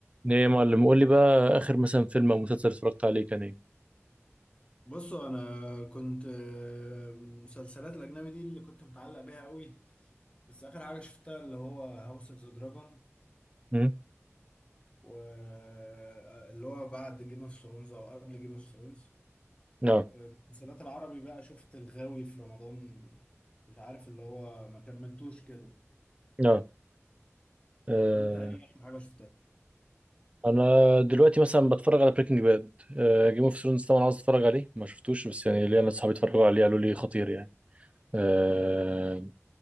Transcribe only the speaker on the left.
بصوا انا كنت آه، مسلسلات الاجنبي دي اللي كنت متعلق بيها قوي بس اخر حاجه شفتها اللي هو هاوس اوف ذا دراجون
واللي هو بعد جيم اوف ثرونز او قبل جيم اوف ثرونز
المسلسلات العربي بقى شفت الغاوي في رمضان مش عارف اللي هو ما كملتوش كده
انت ايه اخر حاجه شفتها